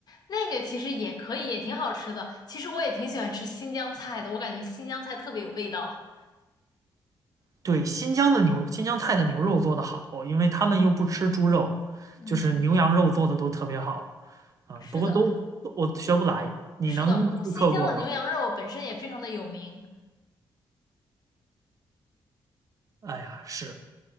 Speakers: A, on the left; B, on the right.
A: 那个其实也可以，也挺好吃的。其实我也挺喜欢吃新疆菜的，我感觉新疆菜特别有味道。
B: 对，新疆的牛，新疆菜的牛肉做的好，因为他们又不吃猪肉，
A: 嗯，
B: 就是牛羊肉做的都特别好啊，
A: 是的，
B: 不过都都我学不来，你能复刻过吗？
A: 是的，我新疆的牛羊肉本身也非常的有名。
B: 哎呀，是。